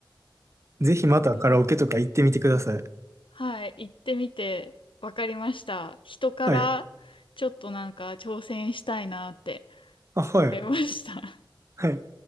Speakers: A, on the right; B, on the left.
A: <laughs> ぜひまたカラオケとか行ってみてください。
B: そうなんですね。はい、行ってみて分かりました。人からちょっとなんか挑戦したいなって
A: はい。あ、はい。
B: 思いました。
A: はい。